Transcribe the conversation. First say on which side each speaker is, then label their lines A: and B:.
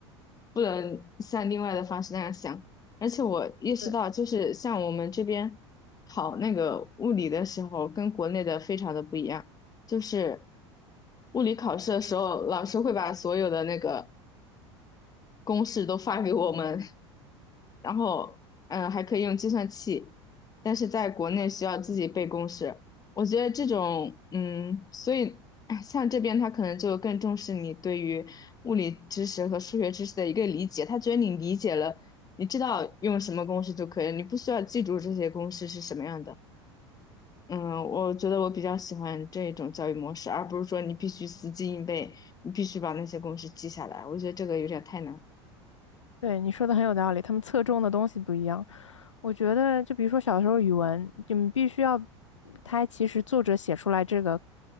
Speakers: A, on the left; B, on the left.
A: 不能像另外的方式那样想。而且我意识到，
B: 对
A: 就是像我们这边考那个物理的时候，跟国内的非常的不一样。就是物理考试的时候，老师会把所有的那个公式都发给我们，然后嗯，还可以用计算器，但是在国内需要自己背公式。我觉得这种嗯，所以哎像这边他可能就更重视你对于物理知识和数学知识的一个理解，他觉得你理解了，你知道用什么公式就可以了，你不需要记住这些公式是什么样的。嗯，我觉得我比较喜欢这种教育模式，而不是说你必须死记硬背，你必须把那些公式记下来。我觉得这个有点太难。
B: 对，你说的很有道理，他们侧重的东西不一样。我觉得，就比如说小时候语文，就你必须要，他其实作者写出来这个，